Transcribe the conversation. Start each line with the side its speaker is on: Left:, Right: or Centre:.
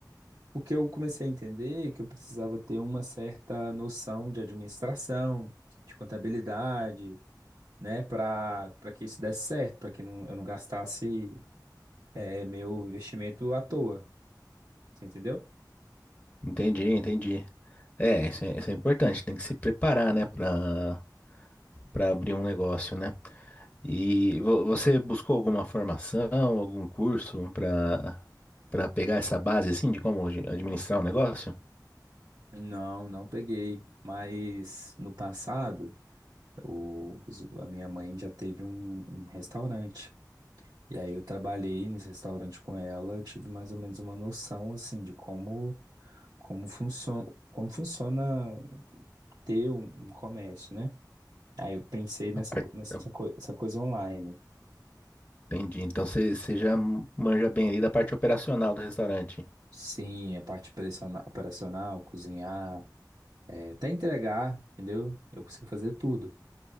Right: porque eu comecei a entender que eu precisava ter uma certa noção de administração, de contabilidade, né, para para que isso desse certo, para que não, eu não gastasse é, meu investimento à toa, você entendeu?
Left: Entendi, entendi. É, isso é, isso é importante, tem que se preparar, né, pra para abrir um negócio, né? E vo- você buscou alguma formação, algum curso para para pegar essa base assim de como de administrar um negócio?
Right: Não, não peguei. Mas no passado O, a minha mãe já teve um, um restaurante. E aí eu trabalhei nesse restaurante com ela, eu tive mais ou menos uma noção assim de como como funciona, como funciona ter um, um comércio, né? Aí eu pensei nessa
Left: A parte-
Right: co- nessa coi- essa coisa online.
Left: Entendi. Então você você já manja bem ali da parte operacional do restaurante.
Right: Sim, a parte operaciona- operacional, cozinhar, eh, até entregar, entendeu? Eu consigo fazer tudo,